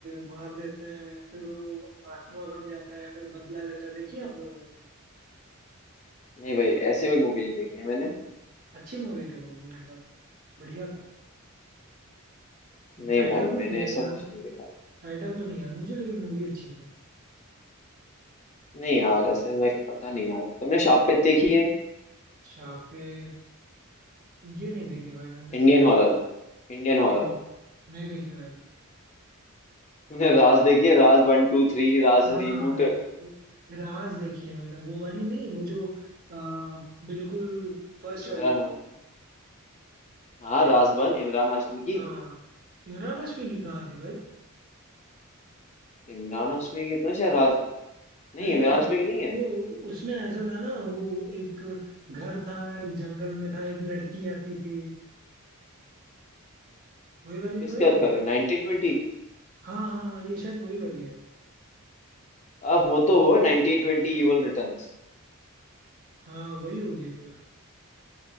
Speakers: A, on the right (about 40°); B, on the left (about 30°).
A: मार देते हैं फिर वो आत्मा बन जाता है फिर बदला लेता है देखिए आपने वो मूवी
B: नहीं भाई ऐसे कोई मूवी नहीं देखी है मैंने
A: अच्छी मूवी थी वो भी मतलब बढ़िया था
B: नहीं
A: टाइटल
B: भाई
A: तो
B: मैंने
A: नहीं है
B: ऐसा
A: याद
B: कुछ नहीं देखा है
A: टाइटल तो नहीं याद मुझे लेकिन मूवी अच्छी थी
B: नहीं यार ऐसे लाइक पता नहीं यार तुमने शापित देखी है
A: शापित ये नहीं देखी भाई मैंने
B: Indian horror Indian horror
A: हम्म, नहीं देखी भाई
B: तुमने राज देखी है Raaz one two three Raaz
A: हाँ
B: reboot
A: राज देखी है मैंने वो वाली नहीं वो जो अ, बिल्कुल फर्स्ट वाली
B: Imran
A: थी
B: हा- हाँ राज वन इमरान हाशमी की
A: हाँ इमरान हाशमी की कहाँ थी भाई
B: इमरान हाशमी की तो शायद राज है। नहीं
A: नहीं
B: इमरान
A: नहीं
B: हाशमी की नहीं है
A: वो उसमें ऐसा था ना वो एक घर था एक जंगल में था एक लड़की आती थी वही वाली
B: किसकी
A: तो है
B: बात
A: ये
B: कर रहे हो नाइनटीन ट्वेंटी
A: हाँ हाँ ये शायद वही वाली है
B: अब वो तो वो नाइनटीन ट्वेंटी इवल रिटर्न्स
A: हाँ वही होगी फिर